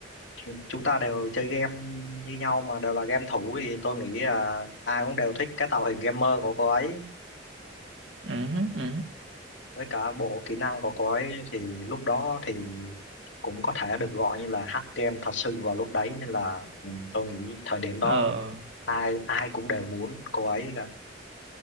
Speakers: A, on the left; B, on the right.
A: chu- chúng ta đều chơi game như nhau mà đều là game thủ thì tôi nghĩ là ai cũng đều thích cái tạo hình gamer của cô ấy
B: ừ ừ
A: với cả bộ kỹ năng của cô ấy thì lúc đó thì cũng có thể được gọi như là hack game thật sự vào lúc đấy nên là ừ, tôi nghĩ thời điểm đó
B: ờ
A: ai ai cũng đều muốn cô ấy cả